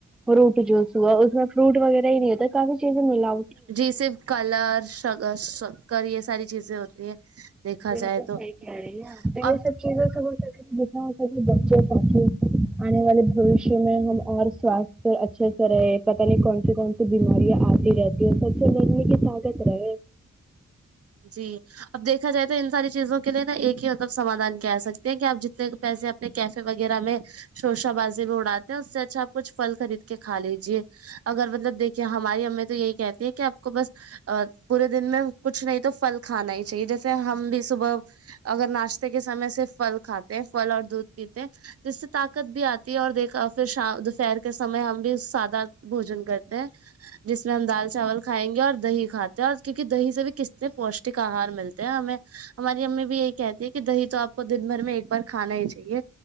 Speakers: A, in the centre; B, on the right.
A: فروٹ جوس ہوا اس میں فروٹ وغیرہ نہیں ہے تو کافی چیزیں ملا
B: جی صرف کلر ش شکر یہ ساری چیزیں ہوتی ہیں دیکھا
A: بولک
B: جائے تو
A: فائ کے ن پ
B: اب
A: سب چیوں سے بچوں ت آنے والے بوشیہ میں ہم اور سست س اچھے سے رہے پتاہ نہیں کون سی کون سی بیماریاں آتی رہتی ہے اور سب سے لنے کی طاقت رہے
B: جی اب دیکھا جائے تو ان ساری چیزوں کے لیے نا ایک ہی مطلب سمادھان کہہ سکتے ہیں کہ آپ جتنے پیسے اپنے کیفے وغیرہ میں شوشا باز بھی اڑاتے ہیں اس سے اچھا آپ کچھل خرید کے کھا لیجیے اگر مطلب دیکھیے ہماری ایں تو یہی کہتی ہیں کہ آپ کو بس پورے دن میں کچھ کچھ نہیں تو پھل کھانا ہی چاہیے جیسے ہم بھی صبح اگر ناشتے کے سمے سےر پھل کھاتے ہیں پھل اور دودھ پیتے ہیں جس سے طاقت بھی آتی ہے اور دیکھا پھر شام دوپہر کے سمے ہم بھی سادہ بوجن کرتے ہیں جس میں ہم دال چاول کھائیں گے اور دہی کھاتے ہیں اور کیونکہ دہی سےب کس سے پوشٹک آہار ملتے ہیں ہمیں ہماری امی بھی یہی کہتی ہیں کہ دہی تو آپ کو دن بھر میں ایک بار کھانا ہی چاہیے